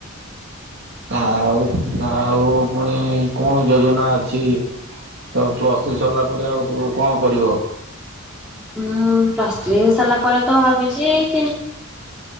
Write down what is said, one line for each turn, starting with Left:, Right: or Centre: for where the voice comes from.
Right: ଆଉ ଆଉ ଫୁଣି କଣ ଯୋଜନା ଅଛି। ତ ପ୍ଲସ୍ ଥ୍ରୀ ସରିଲା ପରେ ଆଉ କଣ କଣ କରିବ?
Centre: ଉଁ ପ୍ଲସ ଥ୍ରୀ <unintelligible> ଭାବିଛି କି